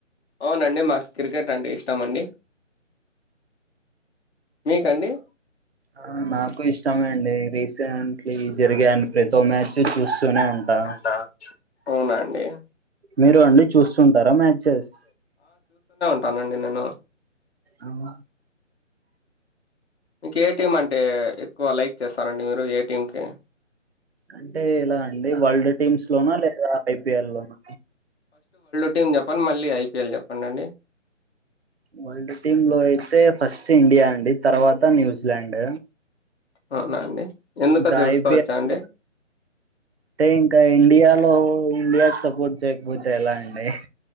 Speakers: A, on the left (about 55°); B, on the right (about 55°).
A: అవునండి మాకు క్రికెట్ అంటే ఇష్టమ అండి మీకండి
B: ఆ నాకు ఇష్టమే అండి రీసెంట్లీ జరిగాడి ప్రదో మ్యాచ్ చూ సునే ఉంటా
A: అంతా అవునా అండి
B: మీరు అండి చూస్తుంటారా మ్యాచెస్
A: నండి నేను
B: అమ
A: ఇంక ఏటిఎం అంటే ఎక్కువ లైక్ చేస్తారండి మీరు ఏటీఎంకి
B: అంటే ఎలా అండి వరల్డ్ టీమ్స్ లోనా లేదా ఐపిఎల్ లోనా
A: టీం చెప్పండి మళ్ళీ ఐపిఎల్ చెప్పండిండి
B: వరల్డ్ టీమ్ లో అయితే ఫస్ట్ ఇండియా అండి తర్వాత న్యూజిలాండ్
A: అవునా అండి ఎందుకు
B: ఇంకా
A: తెలుసుకోవచ్చా
B: ఐపిఎల్
A: అండి
B: లో అంటే ఇంకా ఇండియాలో ఇండియాకి సపోర్ట్ చేయకపోతే ఎలా అండి